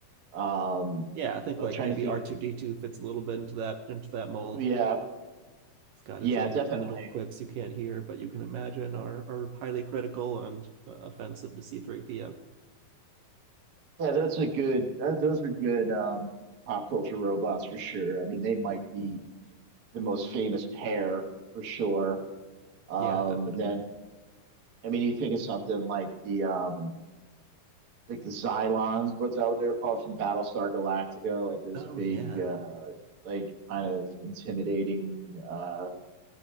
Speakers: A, on the right; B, on the right.
A: Um,
B: Yeah, I think
A: I'm
B: like
A: trying
B: maybe
A: to think.
B: R2D2 fits a little bit into that into that mold.
A: Yeah,
B: It's got
A: yeah,
B: his own
A: definitely.
B: little quips you can't hear, but you can imagine are are highly critical and uh, offensive to C3PO.
A: Yeah, that's a good, that, those are good um, pop culture robots for sure. I mean, they might be the most famous pair for sure. Um,
B: Yeah, definitely.
A: and then, I mean, you think of something like the, um, like the Xylons, what's that what they're called from Battlestar Galactica, like those
B: Oh
A: big,
B: yeah.
A: uh, like kind of intimidating, uh,